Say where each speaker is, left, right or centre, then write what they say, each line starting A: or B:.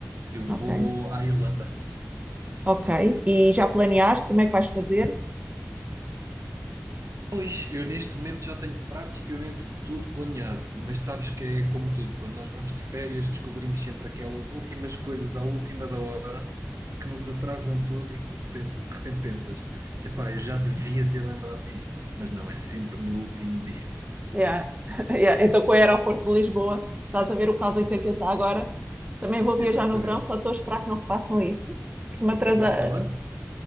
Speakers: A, on the right; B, on the right.
A: Eu vou
B: Ok.
A: à Irlanda.
B: Ok. E já planeaste como é que vais fazer?
A: Pois eu neste momento já tenho praticamente tudo planeado, mas sabes que é como tudo, quando nós vamos de férias descobrimos sempre aquelas últimas coisas à última da hora que nos atrasam tudo e que tu pensa- de repente pensas, epá, eu já devia ter lembrado disto, mas não, é sempre no último dia.
B: Yeah. <laughs> Yeah. Então, com o aeroporto de Lisboa, estás a ver o caos em que aquilo está agora? Também vou viajar
A: Exatamente.
B: no verão, só estou a esperar que não façam isso, porque me atrasa.
A: Vais para onde?